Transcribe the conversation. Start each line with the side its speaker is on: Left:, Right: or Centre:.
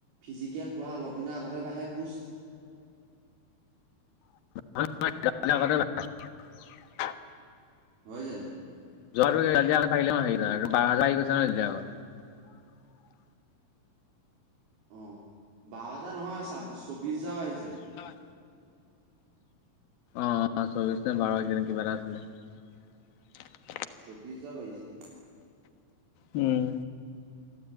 Right: ফিজিকেল হোৱা অলপ দিনৰ আগতে বাহে পোষ্ট।
Left: <unintelligible>
Right: হয় জানো?
Left: যোৱা <unintelligible>
Right: অ', বাৰ' হাজাৰ নহয়, চাব্বি চৌবিশ হাজাৰ আহিছে।
Left: হয়। অ', চৌবিশ নে বাৰ এই কেইদিন, কিবা এটা আছিলে।
Right: চৌবিশ যাৰ বাহিছে।
Left: উম।